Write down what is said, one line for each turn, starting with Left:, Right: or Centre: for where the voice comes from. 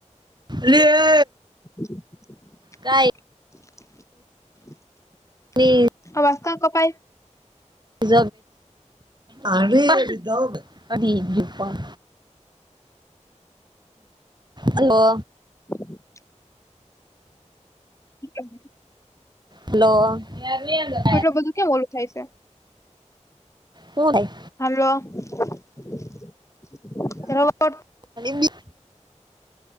Right: <unintelligible>
Left: <inaudible>
Right: કાંઈ
Left: <inaudible>
Right: પ્લીઝ
Left: અવાજ કેમ કપાય
Right: <unintelligible> હઠીક ડી પણ હલો
Left: <inaudible> <unintelligible>
Right: હલો <unintelligible>
Left: એટલું બધું કયા ઓલું થાય છે,
Right: હુ થાય
Left: હલો <unintelligible>
Right: થાય